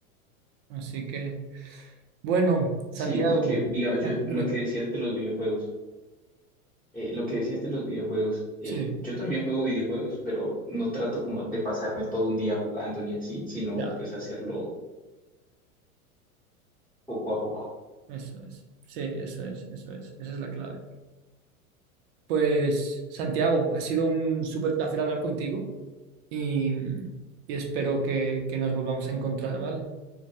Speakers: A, on the right; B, in the centre.
A: Así que, bueno, Santiago,
B: Sí, porque digamos, yo
A: ah,
B: lo
A: dime,
B: que decías de los videojuegos, eh, lo que decías de los videojuegos, eh,
A: sí.
B: yo también juego videojuegos, pero no trato como de pasarme todo un día jugando ni así, sino
A: Ya.
B: pues hacerlo poco a poco.
A: Eso es. Sí, eso es, eso es. Esa es la clave. Pues, Santiago, ha sido un súper placer hablar contigo y, y espero que, que nos volvamos a encontrar, ¿vale?